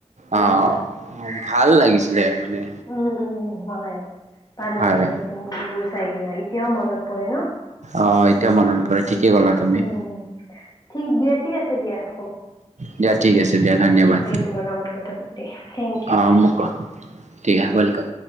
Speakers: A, on the left (about 35°); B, on the right (about 80°).
A: উম
B: আহ ভাল লাগিছিলে মানে।
A: হম উম উম হয় ভাল
B: হয়
A: লাগে সেইটো মুভিবোৰ চাই কিনে এতিয়াও মনত পৰে ন
B: অ', এতিয়াও মনত পৰে ঠিকে ক'লা তুমি।
A: উম ঠিক দিয়া ঠিক আছে দিয়া ৰাখোঁ।
B: দিয়া ঠিক আছে দিয়া, ধন্যবাদ,
A: তোমাৰ লগত কথা পাতি থেংক ইউ
B: অ'। কোৱা টিৰা ৱেলকাম।